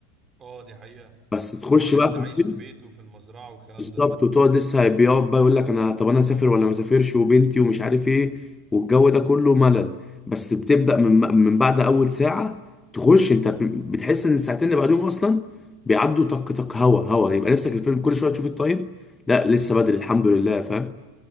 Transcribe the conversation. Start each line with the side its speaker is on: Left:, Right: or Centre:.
Right: اه دي حقيقه
Left: بس تخش
Right: ان هو لسه
Left: بقى في
Right: عايش
Left: الفيلم
Right: في بيته في المزرعه والكلام
Left: بالظبط
Right: ده
Left: وتقعد لسه بيقعد بقى يقول لك انا طب انا اسافر ولا ما اسافرش وبنتي ومش عارف ايه والجو ده كله ملل بس بتبدا من من بعد اول ساعه تخش انت ب- بتحس ان الساعتين اللي بعدهم اصلا بيعدوا طق طق هوا هوا يبقى نفسك الفيلم كل شويه تشوف التايم لا لسه بدري الحمد لله فاهم